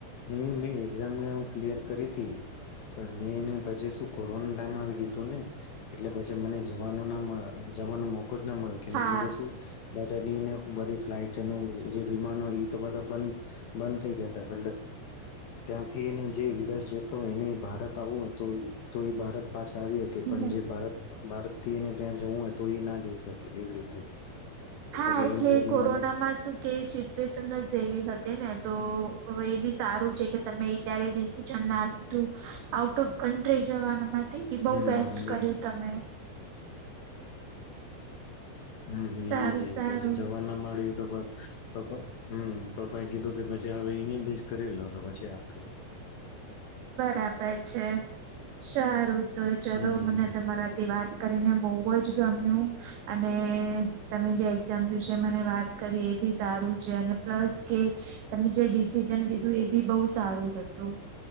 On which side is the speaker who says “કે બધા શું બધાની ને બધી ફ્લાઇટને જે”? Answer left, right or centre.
Left